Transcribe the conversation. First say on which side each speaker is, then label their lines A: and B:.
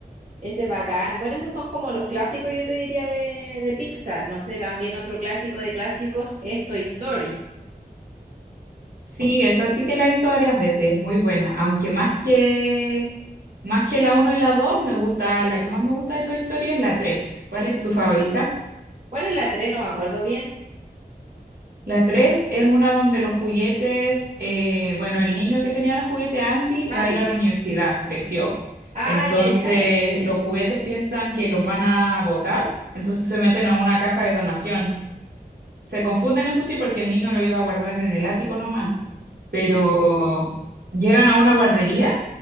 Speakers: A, on the right; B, on the right.
A: Ese es bacán. Bueno, esos son como los clásicos, yo te diría, de, de Pixar. No sé, también otro clásico de clásicos es Toy Story.
B: Sí, esa sí que la he visto varias veces, es muy buena, aunque más que, más que la uno y la 2 me gusta, la que más me gusta de Toy Story es la tres ¿Cuál es tu favorita?
A: ¿Cuál es la 3? No me acuerdo bien.
B: La 3 es una donde los juguetes, eh, bueno, el niño que tenía los juguetes Andy va
A: Andy.
B: a ir a la universidad, creció.
A: Ah,
B: Entonces,
A: ya, ya, ver.
B: los juguetes piensan que los van a botar, entonces se meten a una caja de donación. Se confunden, eso sí, porque el niño lo iba a guardar en el ático nomás, pero llegan a una guardería